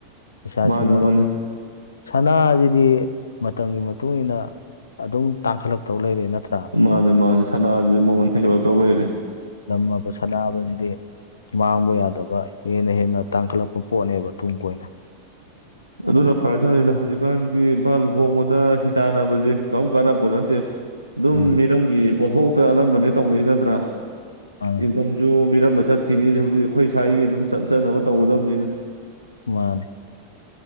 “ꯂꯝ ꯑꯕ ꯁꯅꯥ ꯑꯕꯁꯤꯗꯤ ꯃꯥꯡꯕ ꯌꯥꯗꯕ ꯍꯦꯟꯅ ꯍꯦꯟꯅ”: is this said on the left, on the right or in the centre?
Left